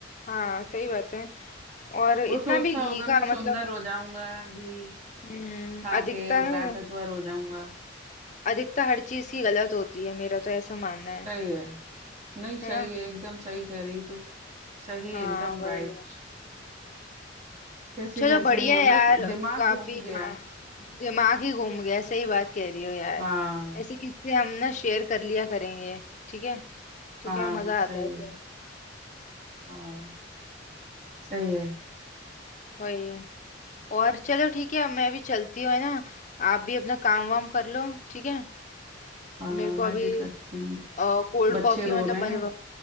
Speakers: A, on the left; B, on the right.
A: हाँ सही बात है और इतना
B: वो सोचता
A: भी घी
B: होगा
A: का
B: मैं सुंदर
A: मतलब
B: हो जाऊंगा घी
A: हम्म
B: खा
A: अधिकता
B: के मैं ताकतवर
A: ना
B: हो जाऊंगा
A: अधिकता हर चीज की गलत होती है मेरा तो ऐसा मानना है
B: सही है नहीं
A: है
B: सही
A: ना
B: है एकदम सही कह रही तू सही
A: हाँ
B: एकदम
A: वही
B: राइट
A: है
B: कैसे
A: चलो
B: कैसे
A: बढ़िया
B: मतलब
A: यार
B: दिमाग
A: काफी
B: घूम गया
A: हाँ दिमाग ही घूम गया सही बात कह रही हो यार
B: हाँ
A: ऐसे किससे हम ना शेयर कर लिया करेंगे ठीक है तो
B: हाँ
A: क्या मजा
B: सही
A: आता है फिर
B: है हाँ सही है
A: वही और चलो ठीक है अब मैं भी चलती हूँ है ना आप भी अपना काम वाम कर लो ठीक है
B: हाँ
A: मेरे को
B: मैं
A: अभी
B: भी करती हूँ
A: कोल्ड
B: बच्चे
A: कॉफी
B: रो
A: मतलब
B: रहे
A: बनवा
B: हैं